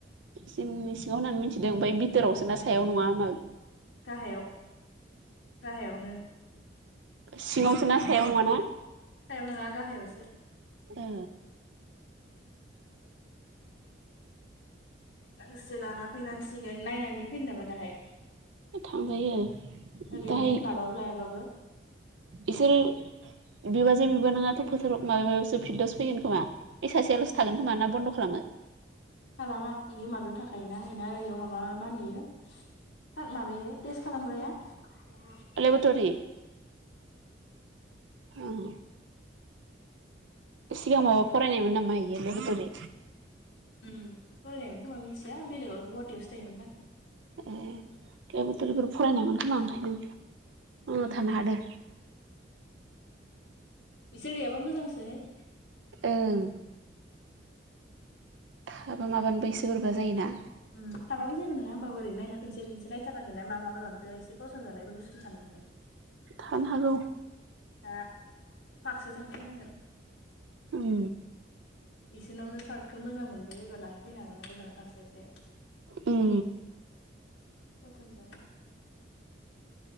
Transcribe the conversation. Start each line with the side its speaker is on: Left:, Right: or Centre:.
Right: जिमनि सिङाव होननानै मिथिदों ओमफ्राय बिथोरावसो ना सायाव नङा होमा
Left: गाहायाव गाहायावनो
Right: सिगावसो ना सायाव नङा ना?
Left: सायाव नङा गाहायावसो
Right: ए
Left: गांसे लाना फैनांसिगोन। नायनानै फैनो नामा दाहाय
Right: थांजायो
Left: ओरैनो
Right: दाहाय।
Left: लाबाबो लायाबाबो
Right: इसोरो बिबाजै बिबबोनाङाथ' फोथाराव माबायावसो फिल्डआवो फैगोन खोमा बै सासेयालसो थागोन खोमा ना बन्द' खालामो
Left: खालामा बेयो माबायाव थाखायोना बेना बेयाव माबा माहोनो थार माबायो टेस्ट खालामग्राया ओं
Right: लेबटरि उम सिगां माबा फरायनायमोन नामा इयो लेबेटरि
Left: उम फरायनायमोन खोमा। मिथिया बेलेगाव गुवाहाटटियावसो थायोमोन ना
Right: ए लेबेटरिफोर फरायनायमोन खोमा ओंखायनो।
Left: उम
Right: अ थानो हादो
Left: बिसोर गैयाबा मोजांसोहाय
Right: ओं थाबा माबानोबो एसे बोरैबा जायोना
Left: उम थाबो जेबो नङा होमबाब ओैरैनो नायना फैनोसै ओरैनो खनसेर नायथाराखैना मा मा लाबोदो एसे पसन जानाय बे बस्थु थानो <inaudible>
Right: थानो हागौ
Left: दा फाखोसे थांना फैनांगोन।
Right: उम
Left: बिसोरावनो सार्टखौ मोजां मोनबोबायबा लाना फैनो हागोन ना गोजानाव थास्लायस्लाय
Right: उम
Left: फसन जाबा